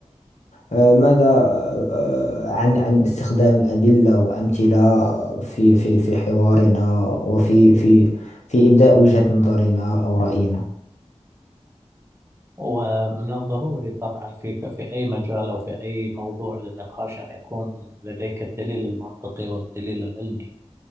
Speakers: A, on the left; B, on the right.
A: آه، ماذا آه، عن عن استخدام الأدلة وأمثلة في في في حوارنا وفي في في إبداء وجهة نظرنا أو رأينا
B: ومن الضروري طبعا في في أي مجال أو في أي موضوع للنقاش أن يكون لديك الدليل المنطقي والدليل العلمي